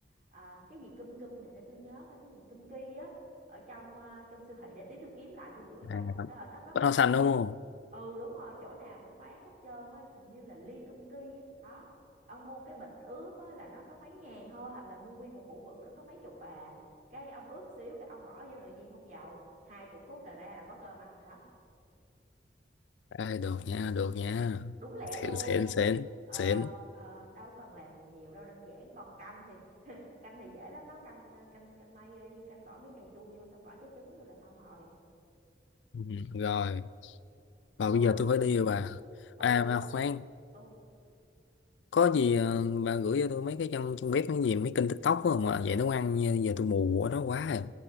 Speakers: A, on the right; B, on the left.
A: à, cái gì cum cum này để tôi nhớ coi cái gì cum ki á ở trong à, trong siêu thị để tí tôi kiếm lại tôi gửi cho
B: À,
A: Đó là nó có bán
B: bánh hoa xanh
A: hũ
B: đúng không
A: ừ đúng rồi chỗ nào cũng bán hết trơn á hình như là ly cum ki á đó ông mua cái bịch ướp á là nó có mấy ngàn thôi hoặc là mua nguyên một hũ bự nó có mấy chục à cái ông ướp xíu cái ông bỏ vô nồi chiên không dầu hai chục phút là ra là có cơm ăn rồi đó
B: Ê, được nha được nha
A: đúng lẹ
B: xịn
A: luôn
B: xịn xịn
A: ờ,
B: xịn
A: ờ, đâu cần làm gì nhiều đâu đơn giản còn canh thì <laughs> canh thì dễ lắm nấu canh ờ, canh canh mây đi canh bỏ miếng cà chua vô xong bỏ trái trứng vô là xong rồi
B: ừ. rồi và
A: ừ
B: bây giờ tôi phải đi rồi bà
A: ừ
B: à mà khoan
A: ừ
B: có gì ờ, bà gửi cho tôi mấy cái trong trong bếp mấy gì mấy kênh TikTok á mà vậy nấu ăn giờ tôi mù ở đó quá rồi